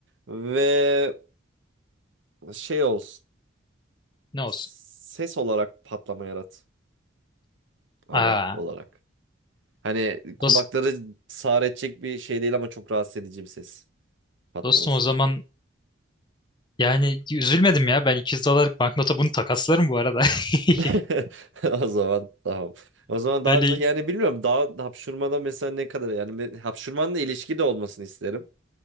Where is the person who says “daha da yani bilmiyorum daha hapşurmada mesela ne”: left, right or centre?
Right